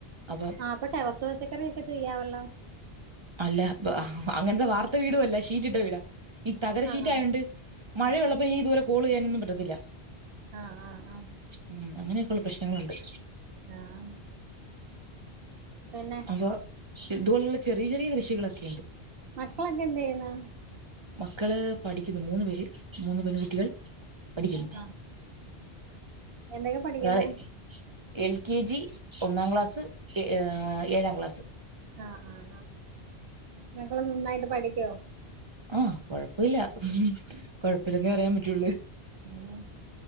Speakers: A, on the right; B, on the right.
A: അപ്പൊ
B: അപ്പ ടെറസ് പച്ചക്കറിയെക്കെ ചെയ്യാവല്ലോ.
A: അല്ല അപ്പ അഹ് അങ്ങൻത്തെ വാർത്ത വീട്വൊല്ല ഷീറ്റ്ട്ട വീടാ. ഈ തകര
B: ആഹ്
A: ശീറ്റായോണ്ട് മഴയുള്ളപ്പോ
B: ആഹ്
A: ഈ ത് പോലെ കോളെയ്യാനൊന്നും പറ്റത്തില്ല.
B: ആഹ് ആഹ് ആഹ്
A: ഉം അങ്ങനെയെക്കൊള്ള പ്രശ്നങ്ങള്ണ്ട്.
B: ആഹ് പിന്നെ
A: <unintelligible> ഇത്പോല്ള്ള ചെറിയ ചെറിയ കൃഷികളൊക്കെണ്ട്.
B: മക്കളൊക്കെന്തെയ്യ്ന്ന്?
A: മക്കള് പഠിക്കുന്നു മൂന്ന് പേര് മൂന്ന് പെൺകുട്ടികൾ പഠിക്കുന്നു.
B: ആഹ് എന്തൊക്കെ പഠിക്കുന്ന്
A: ഒരാള് എൽ കെ ജി, ഒന്നാം ക്ലാസ്സ്, എഹ് ഏഹ് ഏഴാം ക്ലാസ്.
B: ആഹ് ആഹ് ആഹ് മക്കള് നന്നായിട്ട് പഠിക്കോ?
A: ആഹ് കൊഴപ്പൊല്ല കൊഴപ്പില്ലന്നെ പറയാൻ പറ്റൊള്ള്.
B: ഉം